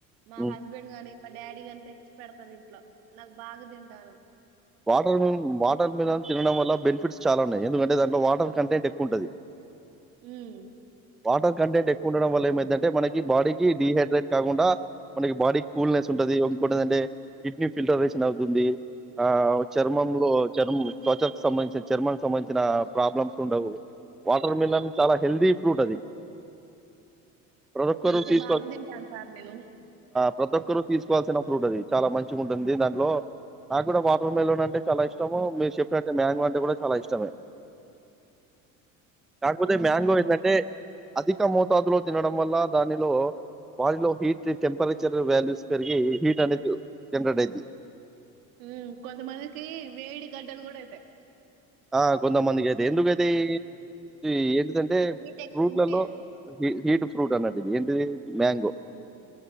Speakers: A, on the right (about 85°); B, in the centre.
A: మా
B: హ్మ్.
A: హస్బెండ్ ని మా డాడీ గంత తెచ్చి పెడతంది ఇంట్లో నాకు బాగా తింటాను
B: వాటర్ మిల్ వాటర్ మిల్ అని తినడం వల్ల బెనిఫిట్స్ చాలా ఉన్నాయి ఎందుకంటే దాంట్లో వాటర్ కంటెంట్ ఎక్కువ ఉంటుంది
A: హ్మ్.
B: పాట కంటెంట్ ఎక్కువ ఉండడం వల్ ఏంటే మనకి బాడీకి డిహైడ్రేట్ కాకుండా మనకి బాడీ కూల్నెస్ ఉంటది ఇంకోటిందంటే కిడ్నీ ఫిల్టరేషన్ అవుతుంది ఆ చర్మంలో
A: హ్మ్.
B: చర్మం తవచకు సంబంధించిన చర్మం సంబంధించిన ప్రాబ్లమ్స్ ఉండవు వాటర్ మిలన్ చాలా హెల్దీ ఫ్రూట్ అది ప్రడక్
A: అందుకే
B: చ తీజ
A: బాగా
B: ప
A: తింటాను సార్ నేను.
B: ప్రతి ఒక్కరుూ తీసుకోవాల్సిన ఫ్రూట్ అది చాలా మంచిగా ఉంటుంది దాంట్లో కూడా వాటర్ మిలన్ అంటే చాలా ఇష్టము మీరు చెప్పినట్టే మ్యాంగో అంటే కూడా చాలా ఇష్టమే కాకపోతే
A: ఆ!
B: మ్యాంగో ఏంటంటే అధిక మోతాదులో తినడం వల్ల దానిలో వారిలో హీట్ టెంపరేచర్ వాల్యూస్ పెరిగి హీట్ అనేది జనరేట్ అయిద్ది
A: మ్మ్ కొంతమందికి వేడి గడ్డలు గూడా అయితయ్
B: ఆ కొంతమందికి అయితయ్ ఎందుకు అయితయ్ దంటే
A: స్వీట్ ఎక్కువుండి
B: ఫ్రూట్లలో హీట్ ఫ్రూట్ అన్నట్టు ఏంటిది మ్యాంగో
A: మ్మ్